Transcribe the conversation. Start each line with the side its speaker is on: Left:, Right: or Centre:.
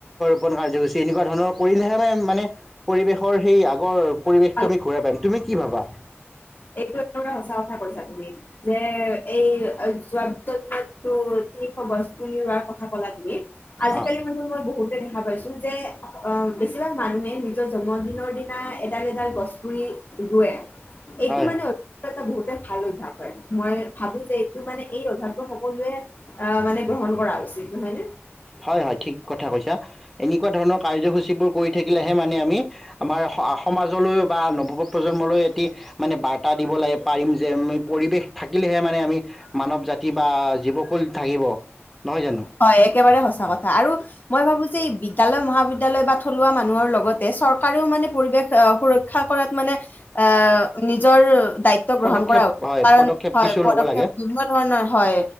Centre: কাৰ্যসূচী এনেকুৱা ধৰণৰ কৰিলেহে মানে মানে পৰিৱেশৰ সেই আগৰ পৰিবেশটো
Left: হয়
Centre: আমি ঘূৰাই পাম তুমি কি ভাবা?
Left: এইটো একবাৰে সচা কথা কৈছা তুমি যে এই যোৱাতটো গছপুলি ৰোৱাৰ কথা কলা তুমি আজিকালি
Centre: অঁ
Left: মানে মই বহুতে ভ পাইছো যে আহ বেছিভাগ মানুহে নিজৰ জন্মদিনৰ দিনা এডাল এডাল গছ পুৰি ৰুৱে এইটো
Centre: হয়
Left: মানে
Centre: হয়
Left: এ বহুতে ভাল অভ্যাস হয় মই ভাবো যে এইটো মানে এই অভ্যাসটো সকলোৱে আহ মানে গ্ৰহণ কৰা উচিত নহয়নে
Centre: হয় হয় ঠিক কথা কৈছা এনেকুৱা ধৰণৰ কাৰ্যসূচীবোৰ কৰি থাকিলেহে মানে আমি আমাৰ সমাজলৈও বা নৱ প্ৰজন্মলৈ এটি মানে বাৰ্তা দিব লাগে পাৰিম যে আমি পৰিৱেশ থাকিলেহে মানে আমি মানৱ জাতি বা জীৱকুল থাকিব। নহয় জানো
Left: হয় একেবাৰে সঁচা কথা আৰু মই ভাবো যে এই বিদ্যালয় মহাবিদ্যালয় বা থলুৱা মানুহৰ লগতে চৰকাৰেও মানে পৰিৱেশ সুৰক্ষা কৰাত মানে আহ নিজৰ। দায়িত্ব গ্ৰহণ
Centre: পদক্ষেপ
Left: কৰা
Centre: হয়
Left: কাৰণ
Centre: পদক্ষেপ
Left: হয়
Centre: কিছু
Left: পদক্ষেপ
Centre: ল'ব লাগে
Left: বিভিন্ন ধৰণৰ হয়